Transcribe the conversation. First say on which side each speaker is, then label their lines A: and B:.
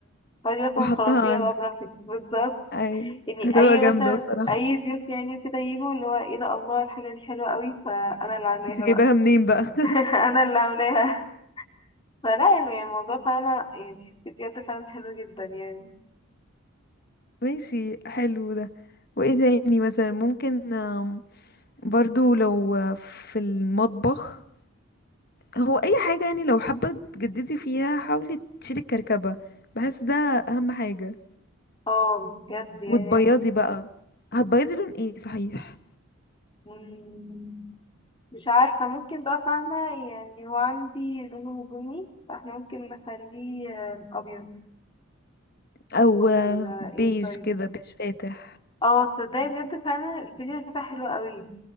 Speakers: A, on the left; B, on the left.
A: فاضي اصلا
B: وحطها
A: خلاصيها
B: عند
A: بقى براحتك بالظبط
B: أي
A: يعني
B: هتبقى
A: اي
B: جامدة
A: مثلا
B: بصراحة
A: اي ضيوف يعني كده يجوا اللي هو ايه ده الله الحاجة دي حلوة قوي فانا اللي عاملاها
B: انت جايباها
A: بقى
B: منين بقى
A: <laughs> انا اللي عاملاها فلا يعني الموضوع فاهمة يعني بجد فعلا حلو جدا يعني
B: <laughs> ماشي حلو ده وايه تاني مثلا ممكن آم، برضو لو آه، في المطبخ هو اي حاجة يعني لو حابة تجددي فيها حاولي تشيلي الكركبة بحس ده اهم حاجة
A: اه بجد يعني
B: وتبيضي بقى هتبيضي لون ايه صحيح
A: مم. مش عارفة ممكن بقى فاهمة يعني هو عندي لونه بني فاحنا ممكن نخليه آه، أبيض
B: او
A: ولا ايه
B: بيج
A: طيب
B: كده بيج فاتح
A: اه تصدقي بجد فعلا البيج الفتح حلو قوي